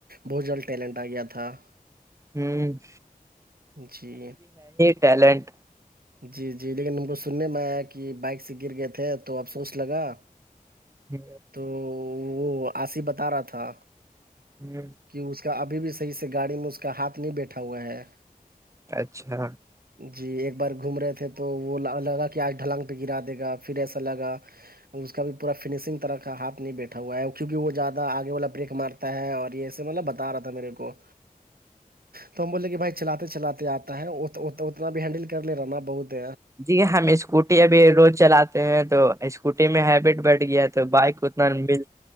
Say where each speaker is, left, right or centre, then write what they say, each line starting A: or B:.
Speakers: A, on the right; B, on the right.
A: بہت جلد ٹیلنٹ آ گیا تھا
B: ہوں
A: جی
B: ٹیلنٹ
A: جی جی لیکن ہم کو سننے میں آیا کہ بائک سے گر گئے تھے تو افسوس لگا <inaudible>
B: جی
A: تو وہ آصف بتا رہا تھا
B: جی
A: کہ اس کا اب بھی صحیح سے گاڑی میں اس کا ہاتھ نہیں بیٹھا ہوا ہے
B: اچھا
A: جی ایک بار گھوم رہے تھے تو وہ لگا کہ آج ڈھلانگ پہ گرا دے گا پھر ایسا لگا اس کا بھی پورا فنشنگ طرح کا ہاتھ بیٹھا ہوا ہے کیونکہ وہ زیادہ آگے والا بریکار ہے اور یہے مطلب بتا رہا تھا میرے کو تو ہم بولے کہ بھائی چلاتے چلاتے آتا ہے اتنا بھی ہینڈل کر لے رہا نا بہت د
B: جی ہم اسکوٹی ابھی روز چلاتے ہیں تو اسکوٹی میں ہیبٹ بڑھ گیا ہے تو بائک اتنا مل